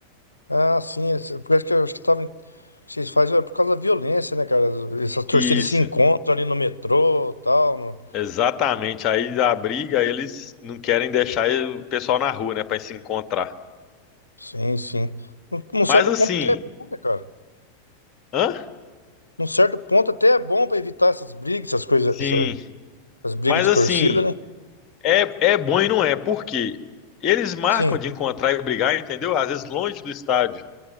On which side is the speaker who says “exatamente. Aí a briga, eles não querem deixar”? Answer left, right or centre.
Left